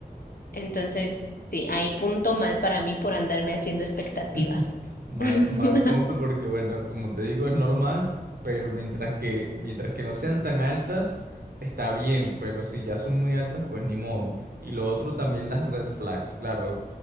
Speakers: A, on the left (about 65°); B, on the right (about 70°).
A: Entonces, sí, hay punto mal para mí por andarme haciendo expectativas.
B: <laughs> Mal,
A: <laughs>
B: mal punto porque, bueno, como te digo, es normal, pero mientras que, mientras que no sean tan altas, está bien, pero si ya son muy altas, pues ni modo. Y lo otro también las red flags, claro.